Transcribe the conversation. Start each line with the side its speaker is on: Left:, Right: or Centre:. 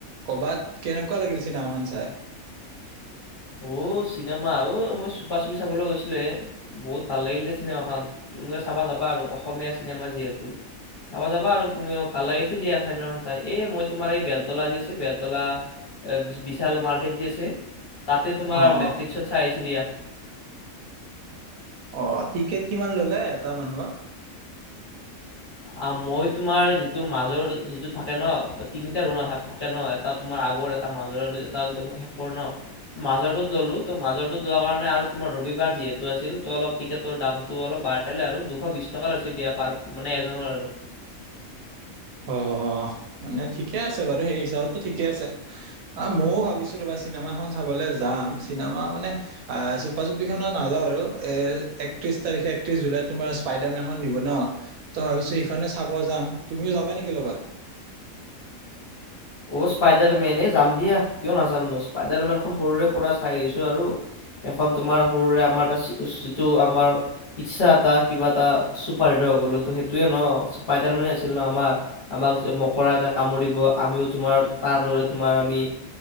Right: কৰবাত কেনেকুৱা লাগিল চিনেমাখন চাই।
Left: অ' চিনেমা অ' মই চুপা চুপি চাবলৈ গৈছিলো হ বহুত ভাল লাগিল দে চিনেমাখন তুমিও চাবা যাবা আৰু অসমীয়া চিনেমা যিহেতু চাবা যাবা আৰু তুমি ভাল লাগিছে দিয়া চিনেমাখন চাই এই মই তোমাৰ এই বেলতলা যি আছে বেলতলা বিশাল মাৰ্কেট যি আছে তাতে তোমাৰ
Right: অ
Left: মেট্ৰিক্ত
Right: অ
Left: চ আহছোঁ দিয়া।
Right: অ' টিকেট কিমান ললে এটা মানুহৰ?
Left: অ', মই তোমাৰ যিটো মাজৰ যিটো থাকে ন তিনিটা ৰৰু থাকে ন এটা তোমাৰ আগৰ এটা মৰ এটা একম শেষৰ ন মাজটোত ললো ত মাজৰত লোৱা কাৰণে আৰু তোমাৰ ৰবিবাৰ যিহেতু আছিল ত অলপ টিকেটৰ দামটো অলপ বাঢ়িলে আৰু দুশ বি টকা লৈছে দিয়া পাৰ মানে জনৰ আৰু।
Right: অ', অ', মানে ঠিকে আছে বাৰু সেই হিচাপতো ঠিকে আছে হ ময়ও ভাবিছো তোমাৰ চিনেমাখন চাবলৈ যাম চিনেমা মানে চুপা চুপি খত নাযাও আৰু এ একত্ৰিশ তাৰিখে একত্ৰিশ জুলাইত তোমাৰ স্পাইডাৰ মেনখন দিব ন ত ভাবিছো সখনে চাব যাম তুমিও য নেকি লগত?
Left: অ', স্পাইডাৰ মেন যাম দিয়া কিয় নাযাম ন স্পাইডাৰ মেনখন সৰুৰে পৰা চাই আহিছো আৰু সেইখন তোমাৰ সৰুৰে আমাৰ এটা যিটো আমাৰ ইচ্ছা এটা কিবা এটা চুপাৰ হিৰ হবলৈতো সেইটোয়ে ন স্পাইডাৰ মেনে আছিল ন আমাৰ আমাক মকৰা এটা কামুৰিব আমিও তোমাৰ তাৰ দৰে তোমাৰ আমি